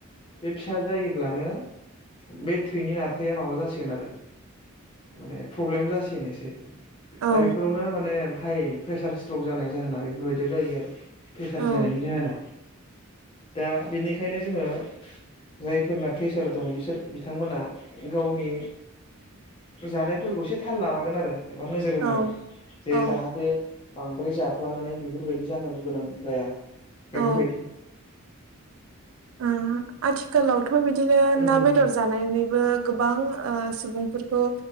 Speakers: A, on the left; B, on the right.
A: बे फिसा जायोब्लानो बे थैनि नारथाया माबा जासिगोन आरो माने प्रब्लेम जासिगोन एसे।
B: औ
A: दा बे बेफोरावनो माने हाइ प्रेसार स्ट्रक जानाय जाहोना बेफोरबायदियाव जायो आरो प्रेसार
B: औ
A: जानायनि जाहोना दा बेनिखायनो जोङो जायफोरना प्रेसार दं बिसोर बिथांमोना गावनि जानायफोरखौ एसे थाल लानांगोन आरो एबा नोजोर होनांगोन।
B: औ
A: बे
B: औ
A: जाहाथे बांद्राय जाफ्लांनानै बेफोरबायदि जानांगौ गोनां जाया। बेफोरबायदि
B: औ उम आथिखालावथ' बिदिनो
A: उम
B: ना बेदर जानानैबो गोबां ओ सुबुंफोरखौ